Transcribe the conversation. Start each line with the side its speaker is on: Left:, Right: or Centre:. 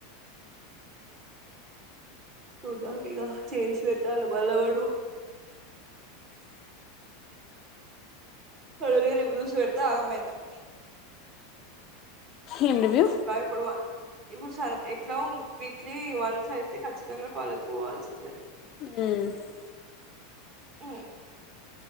Right: హుదా దిగా చేసి పెట్టాలి మళ్ళ వాడు సరే రివ్యూస్ పెడితే ఆగమయితం
Left: ఏం రివ్యూ
Right: ఎట్లాయి పుడవా ఇప్పుడు సర ఎట్లా వీక్లీ వన్స్ అయితే ఖచ్చితంగా కాలేజ్ పోవాల్సిందే
Left: హుమ్
Right: హ్మ్